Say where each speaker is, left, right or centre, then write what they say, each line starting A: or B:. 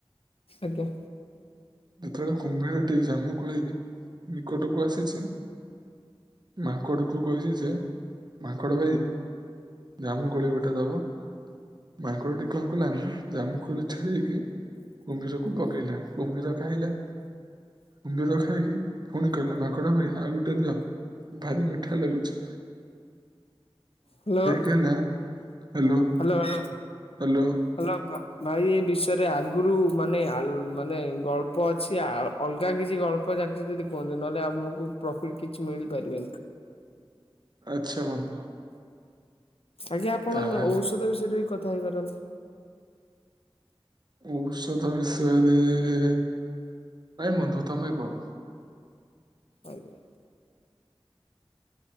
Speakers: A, on the left (about 75°); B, on the right (about 45°).
A: ଆଜ୍ଞା।
B: ଯେତେବେଳେ କୁମ୍ଭୀରଟି ଜାମୁ କୋଳି ନିକଟକୁ ଆସିଛି। ମାଙ୍କଡକୁ କହିଚି ଯେ ମାଙ୍କଡ ଭାଇ ଜାମୁକୋଳି ଗୋଟେ ଦବ ମାଙ୍କଡ଼ଟି କଣ କଲା ନା ଜାମୁକୋଳି ଛଡେଇକି କୁମ୍ଭୀରକୁ ପକେଇଲା କୁମ୍ଭୀର ଖାଇଲା କୁମ୍ଭୀର ଖାଇକି ପୁଣି କହିଲା ମାଙ୍କଡ ଭାଇ ଆଉ ଗୋଟେ ଦିଅ ଭାରି ମିଠା ଲାଗୁଚି
A: ହାଲୋ
B: କହିଲା hello
A: hello hello
B: hello
A: hello ଭାଇ ଏ ବିଷୟରେ ଆଗରୁ ମାନେ ଆଲୋ ମାନେ ଗଳ୍ପ ଅଛି ଆ ଅଲଗା କିଛି ଅଳ୍ପ ଜାଣିଚନ୍ତି ଯଦି କୁହନ୍ତୁ ନହେଲେ ଆମକୁ ପ୍ରଫିଟ୍ କିଛି ମିଳିପାରିବନି।
B: ଆଚ୍ଛା ବନ୍ଧୁ।
A: ଆଜ୍ଞା ଆପଣ
B: ତାହେଲେ
A: ଔଷଧ ବିଷୟରେ ବି କଥା ହେଇପାରନ୍ତି।
B: ଔଷଧ ବିଷୟରେ ନାଇଁ ବନ୍ଧୁ ତମେ କୁହ।
A: ଆଜ୍ଞା।